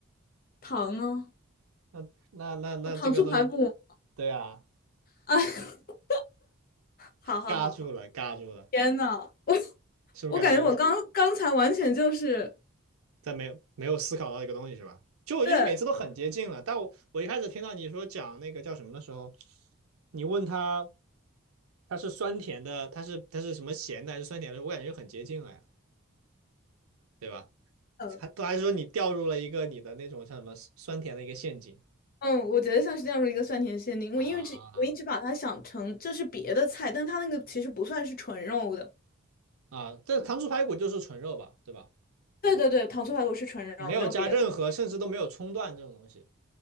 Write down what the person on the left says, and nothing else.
糖啊，
糖醋排骨
啊，<laughs> 好好好好，
天呐，我
我感觉我刚刚才完全就是，
对，
嗯
嗯，我觉得像是这样的一个酸甜限定，
我因为这我一直把它想成这是别的菜，但它那个其实不算是纯肉的。
对对对，糖醋排骨是纯肉，
没有别的。